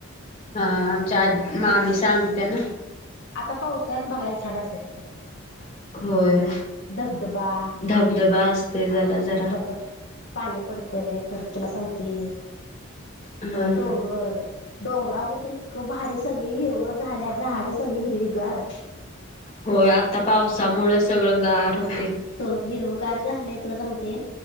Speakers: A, on the left; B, on the left.
A: हा आमच्या आ मामी सांगते ना
B: पावस्यात बघायला छान असते तिथं
A: होय
B: धबधबा
A: धबधबा असते जरा जरा.
B: फकड पाणी पडतंय परत तुला सांगते
A: हा
B: अ डोंगर
A: हा
B: डोंगरावर तर इतकं भारी सगळी हिरव झाल्या झाडं सगळी हिरवीगार
A: होय आता पावसामुळे सगळं गार होते
B: हो हिरवगार झालंय सांगते